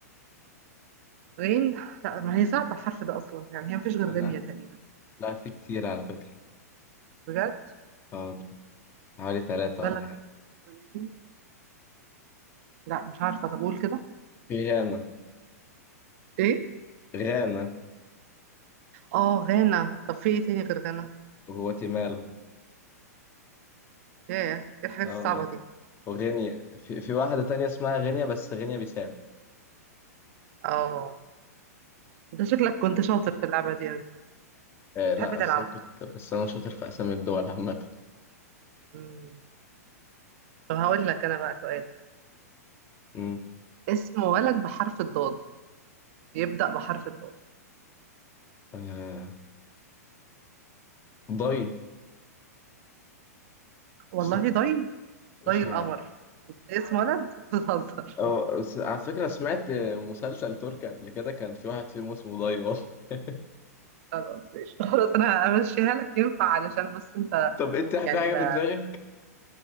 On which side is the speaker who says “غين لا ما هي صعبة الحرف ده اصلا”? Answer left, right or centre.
Right